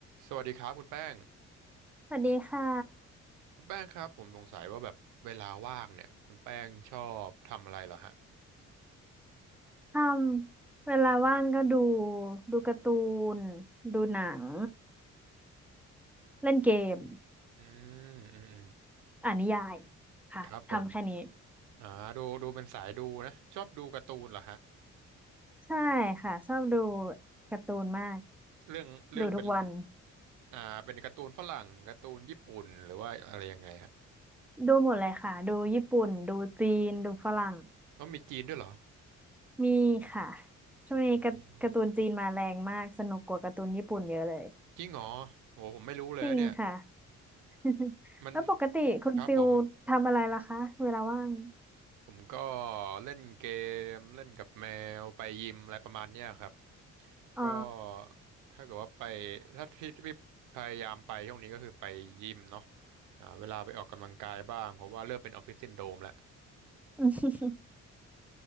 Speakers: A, on the right; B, in the centre.
A: สวัสดีครับคุณแป้ง
B: สวัสดีค่ะ
A: คุณแป้งครับผมสงสัยว่าแบบเวลาว่างเนี่ยคุณแป้งชอบทำอะไรเหรอฮะ
B: ทำเวลาว่างก็ดูดูการ์ตูนดูหนังเล่นเกม
A: อืมอืมอืม
B: อ่านนิยายค่ะทำแค่นี้
A: ครับผมอ่าดูดูเป็นสายดูนะชอบดูการ์ตูนเหรอฮะ
B: ใช่ค่ะชอบดูการ์ตูนมาก
A: เรื่องเรื่องเป็น
B: ดูทุกวัน
A: อ่าเป็นการ์ตูนฝรั่งการ์ตูนญี่ปุ่นหรือว่าอะไรยังไงฮะ
B: ดูหมดเลยค่ะดูญี่ปุ่นดูจีนดูฝรั่ง
A: แล้วมีจีนด้วยเหรอ
B: มีค่ะช่วงนี้การ์การ์ตูนจีนมาแรงมากสนุกกว่าการ์ตูนญี่ปุ่นเยอะเลย
A: อืมจริงเหรอโหผมไม่รู้เลยนะเนี่ย
B: จริงค่ะ <laughs>
A: มัน
B: แล้วปกติคุณฟิลทำอะไรล่ะคะเวลาว่าง
A: ครับผมผมก็เล่นเกมเล่นกับแมวไปยิมอะไรประมาณเนี้ยครับ
B: อ๋อ
A: ก็ถ้าเกิดว่าไปถ้าที่ที่พยายามไปช่วงนี้ก็คือไปยิมเนาะหาเวลาไปออกกำลังกายบ้างเพราะว่าเริ่มเป็นออฟฟิศซินโดรมแล้ว
B: <laughs>